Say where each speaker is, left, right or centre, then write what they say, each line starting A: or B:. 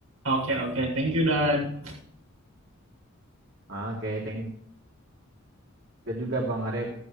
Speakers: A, on the right; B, on the right.
A: Oke, oke. Thank you, Dan.
B: oke thank you juga bang Arif